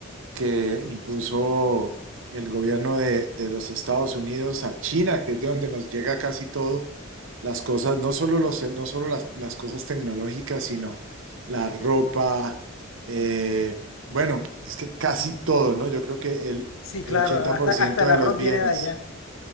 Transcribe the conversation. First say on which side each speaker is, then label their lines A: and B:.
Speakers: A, on the right (about 65°); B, on the left (about 70°).
A: que impuso el gobierno de, de los Estados Unidos a China, que es de donde nos llega casi todo, las cosas, no solo los, no solo las, las cosas tecnológicas, sino la ropa, eh, bueno, es que casi todo, ¿no? Yo creo que el,
B: Sí,
A: el
B: claro,
A: ochenta
B: hasta,
A: por ciento
B: hasta el
A: de
B: arroz
A: los bienes.
B: viene de allá.